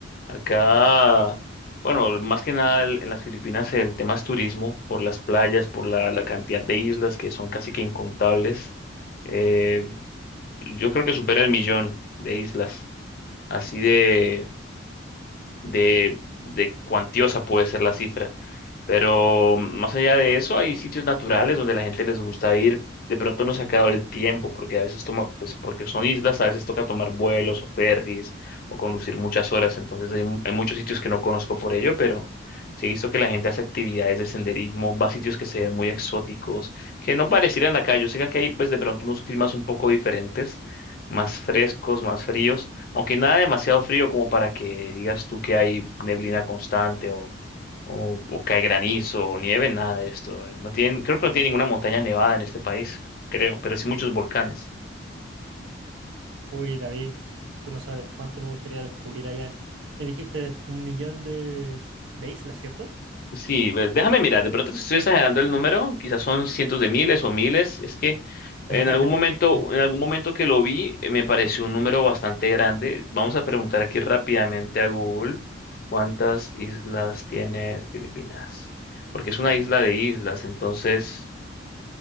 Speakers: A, on the left; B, on the right.
A: Acá, bueno, más que nada el- en las Filipinas el tema es turismo, por las playas, por la, la cantidad de islas que son casi que incontables. Eh, yo creo que supera el millón de islas. Así de, de, de cuantiosa puede ser la cifra. Pero más allá de eso, hay sitios naturales donde la gente les gusta ir. De pronto no se ha quedado el tiempo, porque a veces toma, pues porque son islas, a veces toca tomar vuelos o ferries o conducir muchas horas. Entonces hay, mu- hay muchos sitios que no conozco por ello, pero sí he visto que la gente hace actividades de senderismo, va a sitios que se ven muy exóticos, que no parecieran acá. Yo sé que aquí hay pues de pronto unos climas un poco diferentes, más frescos, más fríos, aunque nada demasiado frío como para que digas tú que hay neblina constante o o, o cae granizo o nieve, nada de esto. No tienen, creo que no tiene ninguna montaña nevada en este país, creo, pero sí muchos volcanes.
B: Uy, David, tú no sabes cuánto me gustaría descubrir allá. Tú me dijiste un millón de, de islas, ¿cierto?
A: Sí, ve- déjame mirar, de pronto te estoy exagerando el número, quizás son cientos de miles o miles, es que en
B: <laughs>
A: algún momento, en algún momento que lo vi, eh, me pareció un número bastante grande. Vamos a preguntar aquí rápidamente a Google cuántas islas tiene Filipinas, porque es una isla de islas, entonces